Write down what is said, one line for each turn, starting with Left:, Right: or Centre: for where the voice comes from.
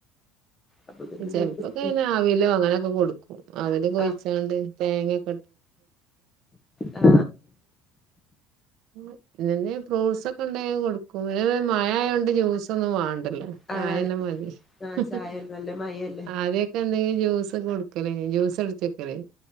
Left: അപ്പൊ പിന്നെ
Right: ചെലപ്പോ
Left: ഓൽക്ക്
Right: ഒക്കെ ഇങ്ങനെ ആവിയിലോ അങ്ങനൊക്കെ കൊടു ക്കും. അവില് കൊയ്ച്ചാണ്ട്
Left: ആ
Right: തേങ്ങ <unintelligible> <unintelligible>
Left: ആ
Right: ഫ്രൂട്ട്സ് ഒക്കെ ഇണ്ടങ്കി കൊടുക്കും. മയ ആയോണ്ട് ജൂസ് ഒന്നും വാണ്ട്
Left: ആ
Right: ചായന്നെ
Left: അതാണ്
Right: മതി
Left: ആ
Right: ഉം
Left: ചായ
Right: ഉം
Left: നല്ല മഴയല്ലേ
Right: അധ്യാവൊക്കെ എന്തേലും ജ്യൂസ് കൊട് ങ്ങനെ ജൂസട്ച്ച് വെക്കാണെ